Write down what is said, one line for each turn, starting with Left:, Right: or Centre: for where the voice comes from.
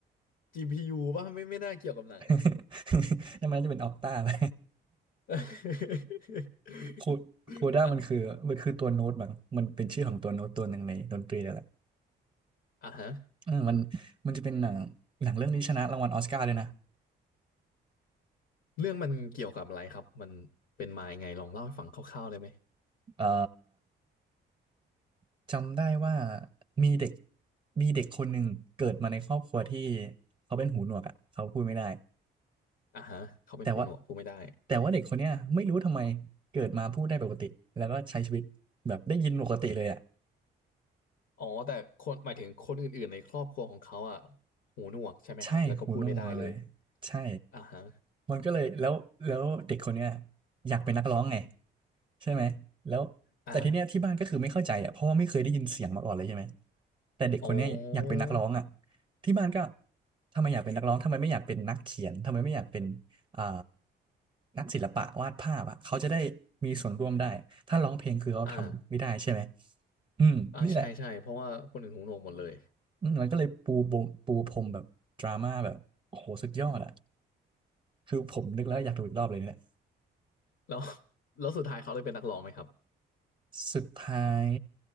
Left: GPU ป่ะไม่ไม่น่าเกี่ยวกับหนัง
Right: <laughs> นั่นมันน่าจะเป็นออกต้าอะ <laughs> ไร
Left: <laughs>
Right: คูคูด้ามันคือมันคือตัวโน้ตบางมันเป็นชื่อของตัวโน้ตตัวหนึ่งในดนตรีนั่นแหละ
Left: อ่ะอ่ะฮะ
Right: เออมันมันจะเป็นหนังหนังเรื่องนี้ชนะรางวัลออสการ์ด้วยนะ
Left: เรื่องมันเกี่ยวกับอะไรครับมันเป็นมายังไงลองเล่าให้ฟังคร่าวๆได้ไหม
Right: เอ่อจำได้ว่ามีเด็กมีเด็กคนหนึ่งเกิดมาในครอบครัวที่เขาเป็นหูหนวกอ่ะเขาพูดไม่ได้
Left: อ่ะฮะเขาเป็นหูหนวกพูดไม่ได้
Right: แต่ว่าแต่ว่าเด็กคนเนี้ยไม่รู้ทำไมเกิดมาพูดได้ปกติแล้วก็ใช้ชีวิตแบบได้ยินปกติเลยอ่ะ
Left: อ๋อแต่คนหมายถึงคนอื่นๆในครอบครัวของเขาอ่ะหูหนวกใช่ไหมครับแล้วก็พูดไม่ได้เลย
Right: ใช่คูโน่มาเลยใช่
Left: อ่ะฮะ
Right: มันก็เลยแล้วแล้วเด็กคนเนี้ยอยากเป็นนักร้องไงใช่ไหมแล้วแต่ทีเนี้ยที่บ้านก็คือไม่เข้าใจอ่ะเพราะว่าไม่เคยได้ยินเสียงมาก่อนเลยใช่ไหม
Left: อ่า
Right: แต่เด็กคนเนี้ยอยากเป็นนักร้องอ่ะ
Left: อ๋อ
Right: ที่บ้านก็ทำไมอยากเป็นนักร้องทำไมไม่อยากเป็นนักเขียนทำไมไม่อยากเป็นอ่านักศิลปะวาดภาพอ่ะเขาจะได้มีส่วนร่วมได้ถ้าร้องเพลงคือเขาทำไม่ได้ใช่ไหม
Left: อ่า
Right: อืมนี่แหละ
Left: อ่าใช่ใช่เพราะว่าคนอื่นหูหนวกหมดเลย
Right: อืมมันก็เลยปูบมปูพรมแบบดราม่าแบบโอ้โหสุดยอดอ่ะ คือผมนึกแล้วอยากดูอีกรอบเลยเนี่ย
Left: แล้ว <laughs> แล้วสุดท้ายเขาได้เป็นนักร้องไหมครับ
Right: สุดท้าย